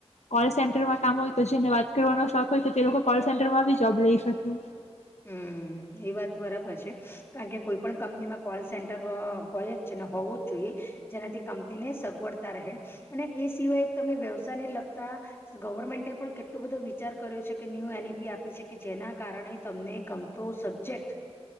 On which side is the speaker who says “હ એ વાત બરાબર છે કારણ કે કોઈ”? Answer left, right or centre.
Left